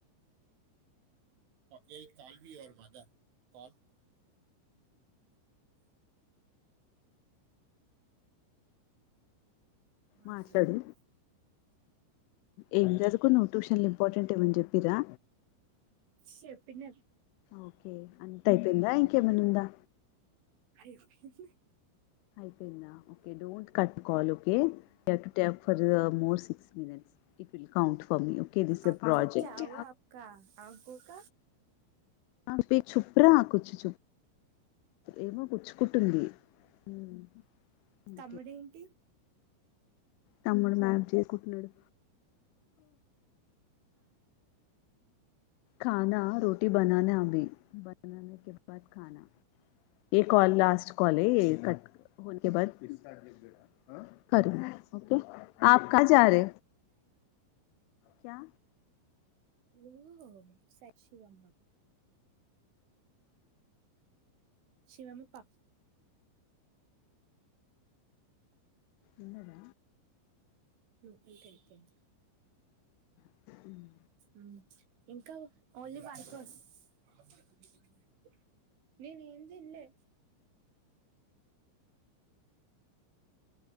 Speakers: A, on the right (about 70°); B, on the left (about 85°).
A: అమ్మ ఏక్ కాల్వీ యువర్ మదర్ కాల్ మాట్లడమ్మా
B: మాట్లాడు ఏం చదువుకున్నావ్ ట్యూషన్లు ఇంపార్టెంట్ ఏమని చెప్పిరా
A: చెప్పిన
B: ఓకే అంతయిపోయిందా ఇంకేమన్నా ఉందా
A: అయిపోయింది
B: అయిపోయిందా okay don't cut call okay you have to talk for more six minutes it will count for me okay this
A: ఆప్
B: ఎ ప్రాజెక్ట్
A: కో క్యా హవు ఆప్ క ఆకోక
B: స్పీక్ చుప్రా కూర్చు చుప్ ఏమో గుచ్చుకుంటుంది మ్ అందుకే
A: తమ్ముడేంటి
B: తమ్ముడు మ్యామ్ చేసుకుంటున్నాడు కాన రోటీ బననా అభి బననా కే పర్ కాన ఈ కాల్ లాస్ట్ కాలే కట్ <unintelligible> ఓకే క్యా
A: నువ్వు సత్ శివమ్మ శివమ్మ పాప్
B: ఉన్నదా
A: లోపలికెల్లి పోయింది
B: ఉమ్
A: ఉమ్ ఇంకా ఓన్లీ <unintelligible> నేను ఏం దినలే